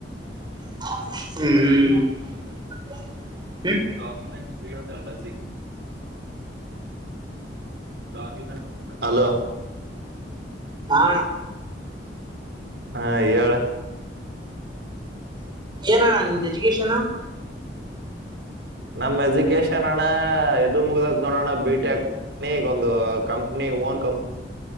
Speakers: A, on the right; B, on the right.
A: ಹ್ಮ್
B: ಡಾಕ್ಯೂಮೆಟ್ಸ್ ಲೀಯೋಂತ ವಸಿಂಗ <unintelligible> ಹಲೋ
A: ಹಾ
B: ಹಾ ಹೇಳ
A: ಏನಣ್ಣ ನಿ ಎಜುಕೇಶನ್
B: ನಮ್ ಎಜುಕೇಶನ್ ಅಣ್ಣ ಎದು ಮುಗ ನೋಣ ಬಿಟೆಕ್ಗ ಒಂದು ಕಂಪ್ನಿ ಓನ್ ಕಂಪ್ನಿ